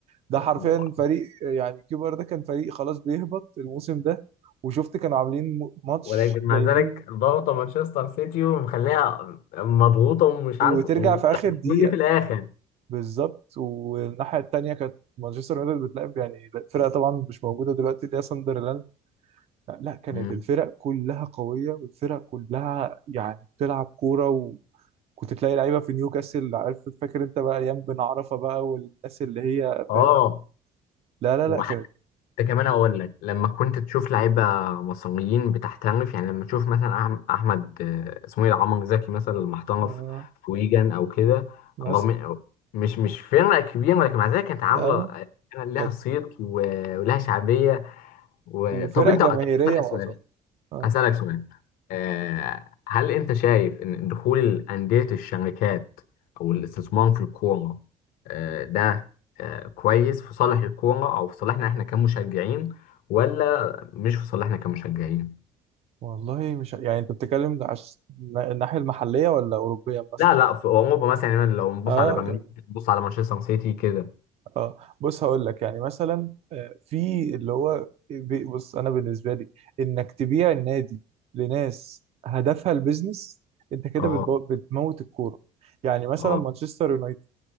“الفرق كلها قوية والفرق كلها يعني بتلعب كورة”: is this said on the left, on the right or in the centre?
Right